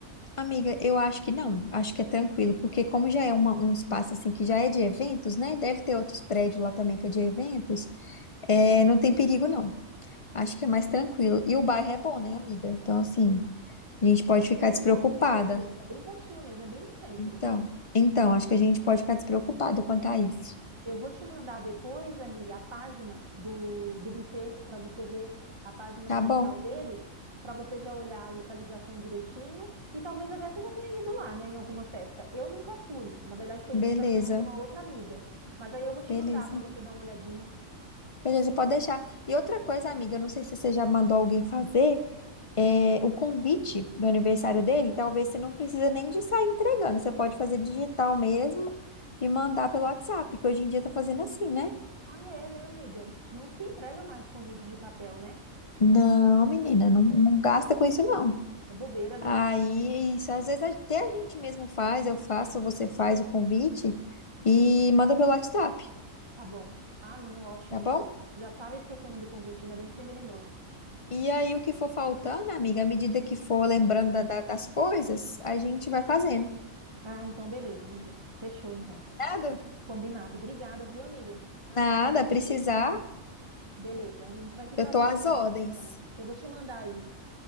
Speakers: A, on the left; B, on the right.
A: Amiga, eu acho que não, acho que é tranquilo, porque como já é uma- um espaço assim que já é de eventos, né? Deve ter outros prédios lá também que é de eventos, é, não tem perigo não. Acho que é mais tranquilo. E o bairro é bom, né, amiga? Então, assim, a gente pode
B: É
A: ficar
B: bem
A: despreocupada.
B: pertinho daqui, é bem pertinho mesmo, é bem no centro.
A: Então, então, acho que a gente pode ficar despreocupada quanto a isso.
B: Eu vou te mandar depois, amiga, a página do, do buffet para você ver a página
A: Tá
B: social
A: bom,
B: deles, para você já olhar a localização direitinho e talvez até você já tenha ido lá, né, em alguma festa. Eu nunca fui, na verdade foi
A: beleza,
B: indicação de uma outra amiga, mas aí eu vou te
A: beleza,
B: mandar para você dar uma olhadinha.
A: beleza, pode deixar. E outra coisa, amiga, não sei se você já mandou alguém fazer. é, o convite do aniversário dele, talvez você não precisa nem de sair entregando, você pode fazer digital mesmo e mandar pelo WhatsApp, que hoje em dia tá fazendo assim, né?
B: Ah, é, né, amiga? Não se entrega mais convite de papel, né?
A: Não, menina, não, não gasta com isso não.
B: É bobeira, né?
A: Aí, é isso, às vezes até a gente mesmo faz, eu faço, ou você faz o convite e manda pelo WhatsApp,
B: Tá bom. Ah, não, ótimo
A: tá
B: então.
A: bom?
B: Já estava esquecendo do convite, ainda bem que você me lembrou.
A: E aí, o que for faltando, amiga, à medida que for lembrando da- da- das coisas, a gente vai fazendo.
B: Ah, então beleza, amiga. Fechou então.
A: Nada?
B: Combinado. Obrigada, viu, amiga?
A: Nada, precisar,
B: Beleza, a gente vai se falando
A: eu tô às
B: então
A: ordens.
B: essa semana. Eu vou te mandar aí